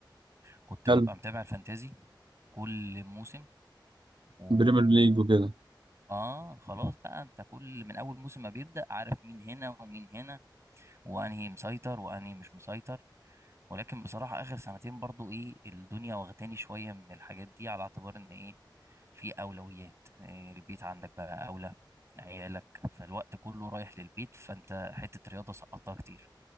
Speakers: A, on the right; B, on the right.
A: كنت
B: حلو
A: ببقى متابع الفانتازي كل موسم و...
B: بريمير ليج وكده
A: اه خلاص بقى انت كل من اول موسم ما بيبدأ عارف مين هنا ومين هنا وانهي مسيطر وانهي مش مسيطر ولكن بصراحة اخر سنتين برضو ايه الدنيا واخداني شوية من الحاجات دي على اعتبار ان ايه في اولويات إيه البيت عندك بقى اولى عيالك فالوقت كله رايح للبيت فانت حتة رياضة سقطتها كتير